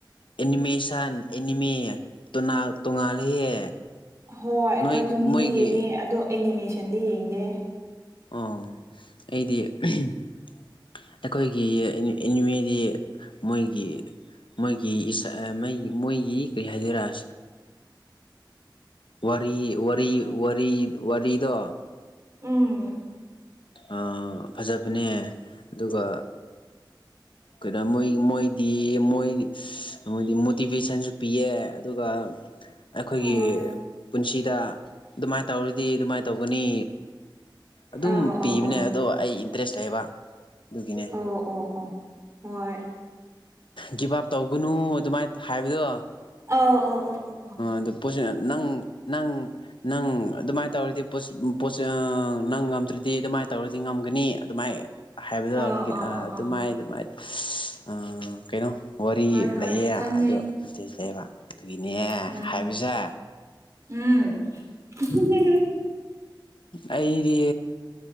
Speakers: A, on the left (about 80°); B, on the right (about 35°).
A: ꯑꯦꯅꯤꯃꯦꯁꯟ ꯑꯦꯅꯤꯃꯦ ꯇꯣꯅꯥꯜ ꯇꯣꯉꯥꯜꯂꯤꯍꯦ꯫
B: ꯍꯣꯏ
A: ꯅꯣꯏꯒꯤ
B: ꯀꯥꯔꯇꯨꯟꯒꯤꯗꯤ
A: ꯃꯣꯏꯒꯤ
B: ꯌꯦꯡꯉꯦ ꯑꯗꯣ ꯑꯦꯅꯤꯃꯦꯁꯟꯗꯤ ꯌꯦꯡꯗꯦ꯫
A: ꯑꯣ ꯑꯩꯗꯤ <unintelligible> ꯑꯩꯈꯣꯏꯒꯤ ꯑꯦꯅꯤ ꯑꯦꯅꯤꯃꯦꯗꯤ ꯃꯣꯏꯒꯤ ꯃꯣꯏꯒꯤ ꯏꯁ ꯑ ꯃꯩ ꯃꯣꯏꯒꯤ ꯀꯩ ꯍꯥꯏꯗꯨꯏꯔꯥ ꯑ ꯋꯥꯔꯤ ꯋꯥꯔꯤ ꯋꯥꯔꯤ ꯋꯥꯔꯤꯗꯣ
B: ꯎꯝ
A: ꯑ ꯐꯖꯕꯅꯦ ꯑꯗꯨꯒ ꯀꯩꯗ ꯃꯣꯏ ꯃꯣꯏ ꯗꯤ ꯃꯣꯏ ꯑꯃꯗꯤ ꯃꯣꯇꯤꯚꯦꯁꯟꯁꯨ ꯄꯤꯌꯦ ꯑꯗꯨꯒ ꯑꯩꯈꯣꯏꯒꯤ
B: ꯍꯣꯏ
A: ꯄꯨꯟꯁꯤꯗ ꯑꯗꯨꯃꯥꯏꯅ ꯇꯧꯔꯗꯤ ꯑꯗꯨꯃꯥꯏꯅ ꯇꯧꯒꯅꯤ ꯑꯗꯨꯝ
B: ꯑ
A: ꯄꯤꯕꯅꯦ
B: ꯑ ꯑ
A: ꯑꯗꯣ ꯑꯩ ꯇꯔꯦꯁ ꯂꯩꯕ ꯑꯗꯨꯒꯤꯅꯦ
B: ꯑꯣ ꯑꯣ ꯑꯣ ꯍꯣꯏ
A: ꯒꯤꯞ ꯑꯞ ꯇꯧꯒꯅꯨ ꯑꯗꯨꯃꯥꯏꯅ ꯍꯥꯏꯕꯗꯣ
B: ꯑꯣ ꯑꯣ ꯑꯣ ꯑꯣ
A: ꯑꯗꯨ ꯄꯣꯠꯁꯤ ꯅꯪ ꯅꯪ ꯅꯪ ꯑꯗꯨꯃꯥꯏꯅ ꯇꯧꯔꯗꯤ ꯄꯣꯁ ꯄꯣꯁꯁꯥ ꯑ ꯅꯪ ꯉꯝꯗ꯭ꯔꯗꯤ ꯑꯗꯨꯃꯥꯏꯅ ꯇꯧꯔꯗꯤ ꯉꯝꯒꯅꯤ ꯑꯗꯨꯃꯥꯏ ꯍꯥꯏꯕꯗꯣ
B: ꯑꯣ ꯑꯣ ꯑꯣ
A: ꯑ
B: ꯑꯣ
A: ꯑꯗꯨꯃꯥꯏ
B: ꯑꯣ
A: ꯑꯗꯨꯃꯥꯏꯅ ꯑꯁ ꯑ ꯀꯩꯅꯣ ꯋꯥꯔꯤ
B: ꯍꯣꯏ ꯍꯣꯏ
A: ꯂꯩꯌꯦꯅ
B: ꯈꯪꯉꯦ
A: ꯑꯗꯨ ꯏꯁꯇꯦꯁ ꯂꯩꯌꯦꯕ ꯑꯗꯨꯒꯤꯅꯦ
B: ꯎꯝ
A: ꯍꯥꯏꯕꯁꯦ
B: ꯎꯝ ꯢꯍꯤꯍꯦ
A: ꯑꯩꯗꯤ